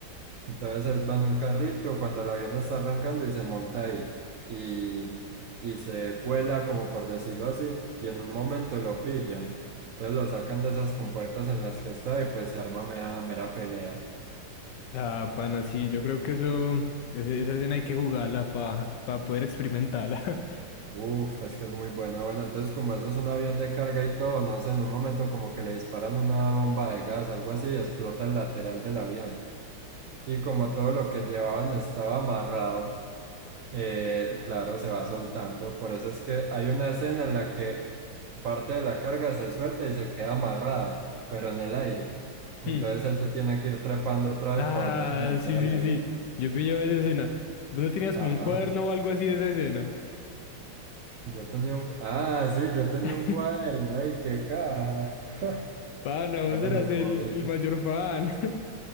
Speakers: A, on the right; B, on the left.
A: Entonces él va en un carrito cuando el avión está arrancando y se monta ahí y, y se cuela, como por decirlo así, y en un momento lo pillan. Entonces lo sacan de esas compuertas en las que está y pues se arma mera, mera pelea.
B: Ah, pana, sí, yo creo que eso, ese- esa escena hay que jugarla para poder experimentarla.
A: Uf, es que es muy buena. Bueno, entonces como eso es un avión de carga y todo, no sé, en un momento como que le disparan una bomba de gas, algo así, y explota el lateral del avión. Y como todo lo que llevaban estaba amarrado eh, claro, se va soltando. Por eso es que hay una escena en la que parte de la carga se suelta y se queda amarrada, pero en el aire. Entonces
B: <laughs>
A: él se tiene que ir trepando otra
B: Ah,
A: vez para volverse a montar
B: sí,
A: al
B: sí,
A: avión.
B: sí. Yo pillo esa escena. ¿Vos no tenías
A: Ah,
B: como un cuaderno o algo así de esa escena?
A: yo tenía un... Ah, sí, yo tenía
B: <laughs>
A: un cuaderno. ¡Ey, qué caja! <laughs>
B: Pana,
A: Mera
B: vos eras
A: memoria.
B: el, el mayor fan. <laughs>